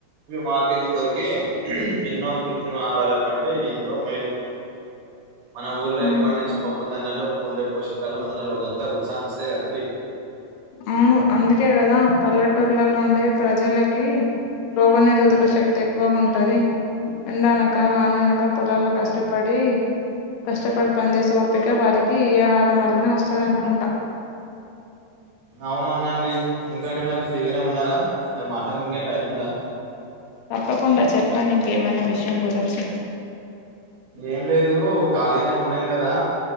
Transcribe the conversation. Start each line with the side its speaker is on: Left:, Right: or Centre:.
Right: మార్కెట్లు దొరికే ఊ ఎన్నో కృత్రిమ ఆహారాల కంటే ఏంతో మేలు మన ఊరు రైతులు
Left: ఉమ్,
Right: పండించిన పప్పు పప్పు దాన్యాలు ఉండే పోషకాలు మనల్ని రోజంతా ఉత్సహం ఉంచుతారు కదండి
Left: అవును అందుకే కదా పల్లెటూర్లలో ఉండే ప్రజలకి రోగనిరోధక శక్తి ఎక్కువుగా ఉంటది ఎండానక వాననక పొలాల్లో కష్టపడి కష్టపడి పనిచేసే ఓప్పిక వారికి ఈ ఆహారం వల్లన వస్తుంది అనుకుంట
Right: అవును అవునండి ఇంకా అండి మరి ఫ్రీగానే ఉన్నారా మరి మాట్లాడడానికి టైమ్ ఉందా
Left: తప్పకుండా చెప్పండి ఇంకేమైనా విషయం గురించి
Right: ఏం లేదు ఖాళీనే ఉన్నాం గదా